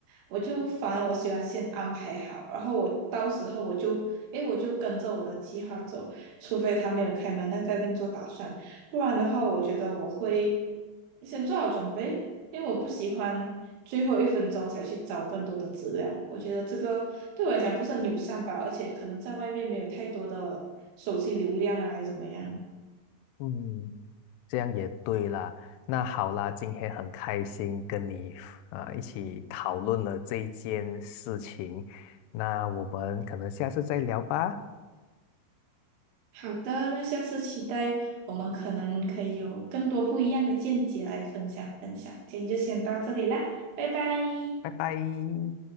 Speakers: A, on the right (about 70°); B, on the left (about 75°).
A: 我就反而我喜欢先安排好，然后我到时候我就，诶，我就跟着我的计划走，除非他没有开门，那再另做打算，不然的话，我觉得我会先做好准备，因为我不喜欢最后一分钟才去找更多的资料。我觉得这个对我来讲不是很友善吧，而且可能在外面没有太多的手机流量啊，还是怎么样。
B: 嗯，这样也对啦。那好啦，今天很开心跟你啊、呃一起讨论了这一件事情。那我们可能下次再聊吧，
A: 好的，那下次期待我们可能可以有更多不一样的见解来分享分享。今天就先到这里啦，拜拜。
B: 拜拜。